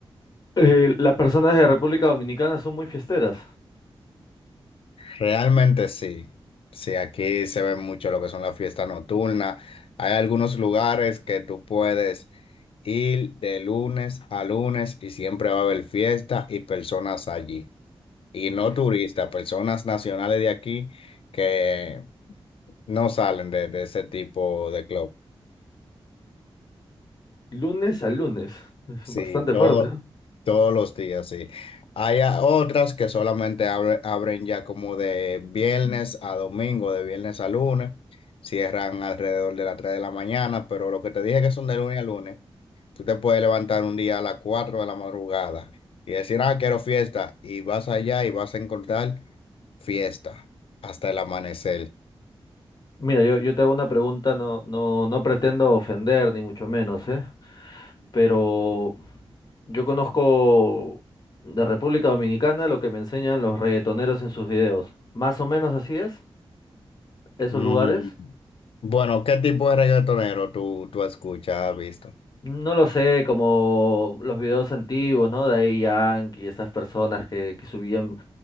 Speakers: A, on the left (about 45°); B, on the left (about 70°).
A: Eh, las personas de República Dominicana son muy fiesteras.
B: realmente sí. Sí, aquí se ve mucho lo que son las fiestas nocturnas. Hay algunos lugares que tú puedes ir de lunes a lunes y siempre va a haber fiesta y personas allí. Y
A: <laughs>
B: no
A: L-
B: turistas, personas nacionales de aquí que no salen de, de ese tipo de club.
A: Lunes a lunes. Es
B: Sí,
A: bastante
B: todo,
A: fuerte, ¿no?
B: todos los días, sí. Hay a- otras que solamente abre- abren ya como de viernes a domingo, de viernes a lunes. Cierran alrededor de las 3 de la mañana, pero lo que te dije que son de lunes a lunes, tú te puedes levantar un día a las 4 de la madrugada y decir, ah, quiero fiesta, y vas allá y vas a encontrar fiesta hasta el amanecer.
A: Mira, yo, yo te hago una pregunta, no, no, no pretendo ofender, ni mucho menos, ¿eh? pero yo conozco de República Dominicana lo que me enseñan los reggaetoneros en sus videos. Más o menos así es, esos
B: Mm,
A: lugares.
B: Bueno, ¿qué tipo de reggaetonero tú, tú escuchas, has visto?
A: No lo sé, como los videos antiguos, ¿no? De ahí Yankee, esas personas que, que subían,